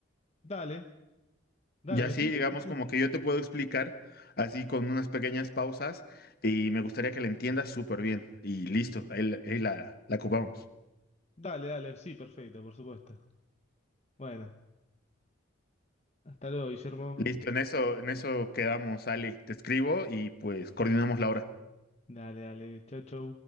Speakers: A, on the left; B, on the left.
A: Dale, dale,
B: Y así,
A: me sirve.
B: digamos,
A: Sí, sí.
B: como que yo te puedo explicar, así con unas pequeñas pausas, y me gustaría que la entiendas súper bien. Y listo, ahí, la, ahí la la ocupamos.
A: Dale, dale. Sí, perfecto, por supuesto. Bueno. Hasta luego, Guillermo.
B: Listo, en eso, en eso quedamos, Ale. Te escribo y pues coordinamos la hora.
A: Dale, dale. Chau, chau.